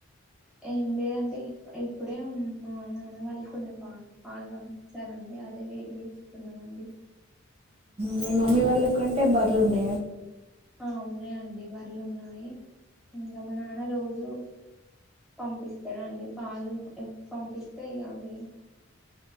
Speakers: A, in the centre; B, on the right.
A: ఏం లేదండి ఇప్పుడే మా నాన్న వాళ్ళు కొన్ని పా పాలు పంపించారండి అదే వేడి చేస్తున్నామండి
B: మీ మమ్మీ వాళ్ళకంటే బర్లు ఉండే
A: ఆ ఉన్నాయండి బర్లు ఉన్నాయి ఇంకా మా నాన్న రోజు పంపిస్తాడండి పాలు పంపిస్తే ఇగ అవి